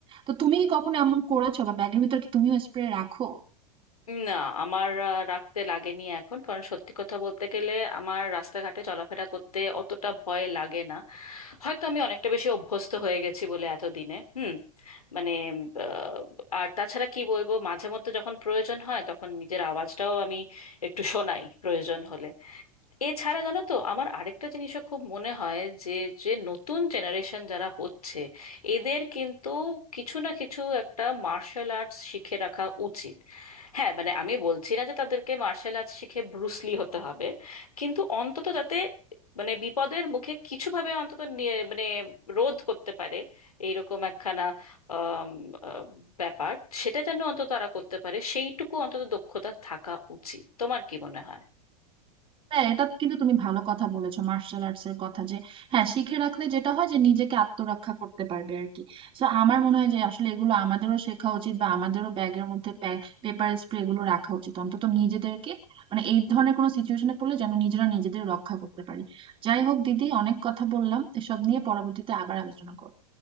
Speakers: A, on the right; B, on the left.
A: তো তুমি কি কখনো এমন করেছো বা ব্যাগের ভিতর কি তুমিও স্প্রে রাখো
B: না আমার আহ, রাখতে লাগেনি এখন কারণ সত্যি কথা বলতে গেলে আমার রাস্তাঘাটে চলাফেরা করতে অতটা ভয় লাগে না হয়তো আমি অনেকটা বেশি অভ্যস্ত হয়ে গেছি বলে এতদিনে হুম মানে আহ, আর তাছাড়া কি বলবো মাঝে মধ্যে যখন প্রয়োজন হয় তখন নিজের আওয়াজটাও আমি একটু শোনাই প্রয়োজন হলে এছাড়া জানো তো আমার আরেকটা জিনিসও খুব মনে হয় যে যে নতুন জেনারেশন যারা হচ্ছে এদের কিন্তু কিছু না কিছু একটা মার্শাল আর্টস শিখে রাখা উচিত হ্যাঁ মানে আমি বলছি না যে তাদেরকে মার্শাল আর্টস শিখে ব্রুসলি হতে হবে কিন্তু অন্তত যাতে মানে বিপদের মুখে কিছুভাবে অন্তত নিয়ে মানে রোধ করতে পারে এইরকম একখানা আম, আহ, ব্যাপার সেটা যেন অন্তত তারা করতে পারে সেইটুকু অন্তত দক্ষতা থাকা উচিত তোমার কি মনে হয়
A: হ্যাঁ এটা কিন্তু তুমি ভালো কথা বলেছো মার্শাল আর্টস এর কথা যে হ্যাঁ শিখে রাখলে যেটা হয় যে নিজেকে আত্মরক্ষা করতে পারবে আর কি তো আমার মনে হয় যে আসলে এগুলো আমাদেরও শেখা উচিত বা আমাদেরও ব্যাগের মধ্যে পেপার স্প্রে এগুলো রাখা উচিত অন্তত নিজেদেরকে মানে এই ধরনের কোনো সিচুয়েশনে পড়লে যেন নিজেরা নিজেদের রক্ষা করতে পারি যাই হোক দিদি অনেক কথা বললাম এসব নিয়ে পরবর্তীতে আবার আলোচনা করবো